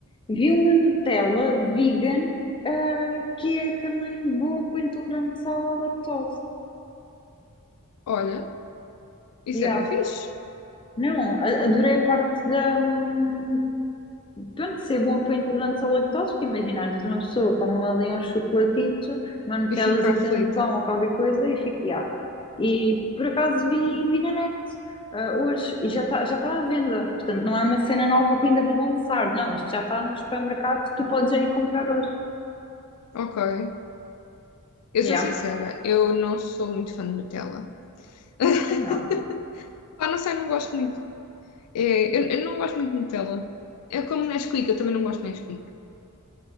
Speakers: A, on the left; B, on the left.
A: vi uma Nutella vegan, ah, que é também boa para intolerantes à lactose.
B: Olha, isso
A: Yeah.
B: é bem fixe.
A: Não, a- adorei a parte da, hum, Pronto, ser bom para intolerantes à lactose, porque imagina, às vezes uma pessoa come ali um chocolatito, uma nutelazita
B: E ficar aflita.
A: no pão ou qualquer coisa e fica, ah. E por acaso vi, vi na net ah, hoje e já está já tá à venda, portanto não é uma cena nova que ainda vão lançar, não, isto já está nos supermercados, tu podes já ir comprar hoje.
B: Ok. Eu
A: Yeah,
B: sou sincera, eu não sou muito fã de Nutella. <laughs>
A: como não?
B: Pá, não sei, não gosto muito. É, eu, eu não gosto muito de Nutella. É como Nesquik, eu também não gosto de Nesquik.